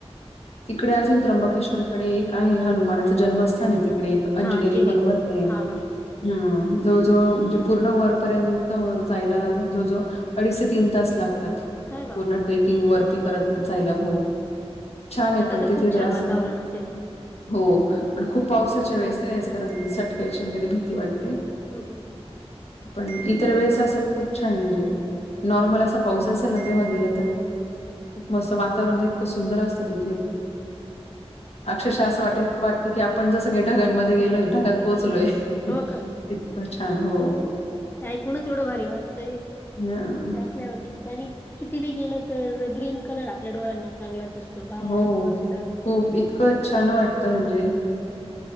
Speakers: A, on the left; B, on the left.
A: तिकडे अजून त्र्यंबकेश्वर कडे एक आहे हनुमानाचं जन्मस्थान आहे तिकडे अंजनेरी
B: हा
A: पर्वत आहे.
B: हा हा हा
A: हम्म जो जवळ म्हणजे पूर्ण वरपर्यंत जायला जो जो अडीच ते तीन तास लागतात
B: अरे बापरे
A: पूर्ण ट्रेकिंग वरती करत जायला हो. छान आहे
B: आता
A: पण
B: तर
A: तिथे
B: खूप
A: जरास.
B: छान वातावरण असेल पण
A: हो पण खूप पावसाच्या वेळेस नाही जायचं कारण सट वगैरे भीती वाटते
B: हं, हं, हं.
A: पण इतर वेळेस असं खूप छान म्हणजे नॉर्मल असा पाऊस असेल ना. तेव्हा गेला तर, खूप मस्त. वातावरण इतक सुंदर असतं ति थे. अक्षरशः असं वाट- वाटतं की, आपण जसं काही ढगांमध्ये गेलोय. ढगात पोचलोय. <unintelligible>
B: हो का
A: इतकं छान. हो.
B: ते ऐकूनच एवढं भारी वाटतंय. तिथे
A: हां.
B: अस ल्यावर किती. आणि किती बी केलं तर, ग्रीन कलर आपल्या डोळ्यांना, चांगलाच असतो. बाहेर
A: हो.
B: आजूबाजूला
A: हो. इतकं छान वाटतं. म्हणजे